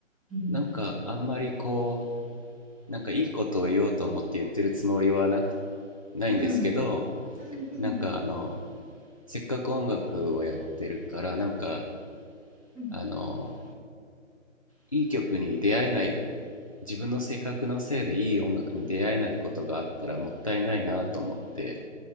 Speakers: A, in the centre; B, on the left (about 30°).
A: うん。
B: なんかあんまりこう、なんかいいことを言おうと思って言ってるつもりはなく、ないんですけど、
A: うん、うん、うん、
B: なんかあの、せっかく音楽をやってるから、なんか
A: うん、
B: あの、いい曲に出会えない、自分の性格のせいでいい音楽に出会えないことがあったらもったいないなと思って、